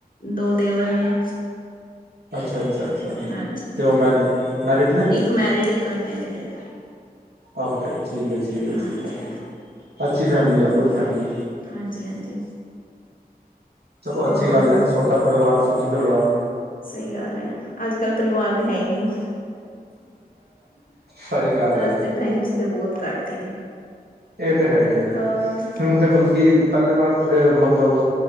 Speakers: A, on the left; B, on the right.
A: ਦੋ ਦੇਵਰ ਨੇ।
B: ਅੱਛਾ ਅੱਛਾ ਅੱਛਾ
A: ਹਾਂਜੀ,
B: ਤੇ ਉਹ ਮੈਰਿਡ ਮੈਰਿਡ ਨੇ।
A: ਇੱਕ ਮੈਰਿਡ, ਇੱਕ ਅਨਮੈਰਿਡ ਏ।
B: ਓਕੇ ਠੀਕ ਏ ਠੀਕ ਏ
A: ਹਾਂਜੀ।
B: ਠੀਕ ਏ। ਅੱਛੀ ਫੈਮਲੀ
A: ਹੋਰ
B: ਆ ਗੁੱਡ ਫੈਮਲੀ।
A: ਹਾਂਜੀ-ਹਾਂਜੀ।
B: ਚਲੋ ਅੱਛੀ
A: ਹੋਰ
B: ਗੱਲ ਏ। ਛੋਟਾ ਪਰਿਵਾਰ ਸੁਖੀ ਪਰਿਵਾਰ।
A: ਸਹੀ ਗੱਲ ਏ। ਅੱਜ-ਕੱਲ੍ਹ ਪਰਿਵਾਰ ਤੇ ਹੈ ਹੀ ਨਹੀਂ।
B: ਸਹੀ ਗੱਲ
A: ਅੱਜ
B: ਏ।
A: ਦੇ ਟਾਈਮ 'ਚ' ਤੇ ਬਹੁਤ ਘੱਟ ਨੇ।
B: ਇਹ ਤਾਂ ਹੈ ਹੀ ਏ
A: ਹੋਰ
B: ਹੁਣ ਤੇ ਬਲਕਿ ਪਹਿਲੇ ਤਾਂ ਮਤਲਬ